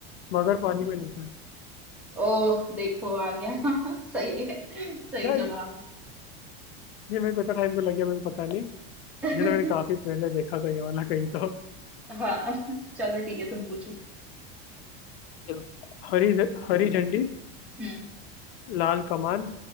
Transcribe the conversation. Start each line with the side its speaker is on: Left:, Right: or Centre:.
Left: मगर पानी में रहता है
Centre: ओह देखो आ गया ना <laughs> सही है सही
Left: यार
Centre: जवाब
Left: ये मेरे को इतना टाइम को लग गया मेरे को पता नहीं ये
Centre: <laughs>
Left: तो मैंने काफी पहले देखा था ये वाला कहीं तो
Centre: हाँ चलो ठीक है तुम पूछो
Left: चलो। हरी झ- हरी झंडी
Centre: हम्म
Left: लाल कमान